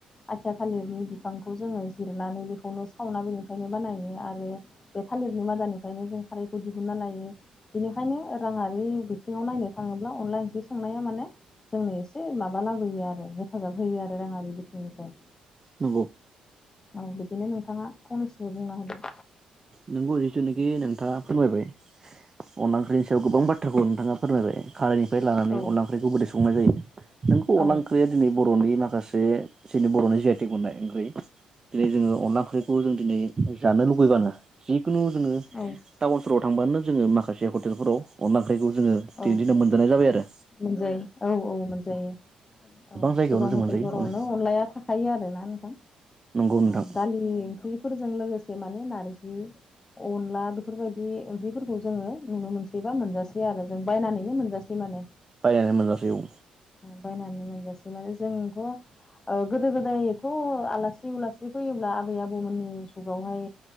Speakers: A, on the left; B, on the right.
A: आथिया थालिरनि बिफांखौ जोङो जिरनानै बेखौनो सावना बेनिफ्रायनो बानायो आरो बे थालिरनि मादानिफ्रायनो जों खारै खौ दिहुनन्ना लायो बेनिखायनो राङारि बिथिङाव नायनो थाङोब्ला अनला ओंख्रि संनाया माने जोंनो एसे माबा लाबोयो आरो हेफाजाब होयो आरो राङारि बिथिंनिफ्राय।
B: नंगौ
A: औ बिदिनो नोंथाङा फंनैसो बुंना होदो।
B: नोंगौ जिथुनाखि नोंथाङा फोरमायबाय अनला ओंख्रिनि सायाव गोबां बाथ्राखौ नोंथाङा फोरमायबाय खारैनिफ्राय लानानै
A: औ
B: अनला ओंख्रिखौ बोरै संनाय जायो। नोंगौ अनला
A: औ
B: ओंख्रिया दिनै बरनि माखासे जोंनि बरनि जि आथि गनाय ओंख्रि दिनै जोङो अनला ओंख्रि बे जों दिनै जानो लुुबैबानो जिखुनु जोङो
A: औ
B: टाउनफोराव थांबानो जोङो माखासे हटेलफोराव अनला ओख्रिखौ जोङो दिनै
A: औ
B: दिनाव मोनजानाय जाबाय आरो
A: मोनजायो औ औ मोनजायो। औ
B: जायगायावनो
A: गोबां हटेलफोरावनो
B: जों मोनजायो
A: अनलाया थाखायो आरो ना नोंथां।
B: नंगौ नोंथां
A: औ दालि ओंख्रिफोरजों लोगोसे माने नार्जि अनला बेफोरबायदि ओंख्रिफोरखौ जोङो नुनो मोनसैबा मोनजासै आरो जों बायनानैनो मोनजा सै माने।
B: बायनानै मोनजासै औ।
A: बायनानै मोनजासै माने जोंथ' ओ गोदो गोदायथ' आलासि उला सिक्षफैयो आब आबौमोननि जुगावहाय